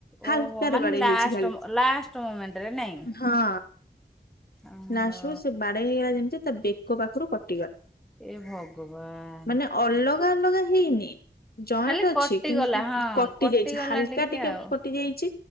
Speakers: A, on the left; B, in the centre.
A: ହାଲକାରେ
B: ଓହୋ ମାନେ
A: ବାଡେଇ
B: ଲାଷ୍ଟ
A: ହେଇଛି ଖାଲି
B: ଲାଷ୍ଟ ମୋମେଣ୍ଟରେ ନାଇଁ।
A: ହଁ।
B: ଓହୋ
A: ନାଷ୍ଟ ବେଳକୁ ସେ ବାଡେଇ ହେଇଗଲା ଯେମିତି ତା ବେକ ପାଖରୁ କଟି
B: ଏ ଭଗବାନ।
A: ମାନେ <unintelligible> ହେଇନି। ଜଏଣ୍ଟ
B: ଖାଲି
A: ଅଛି।
B: କଟିଗଲା
A: କିନ୍ତୁ
B: ହଁ
A: କଟି
B: କଟିଗଲା
A: ଯାଇଛି, ହାଲକା ଟିକେ
B: ଆଉ
A: କଟି ଯାଇଛି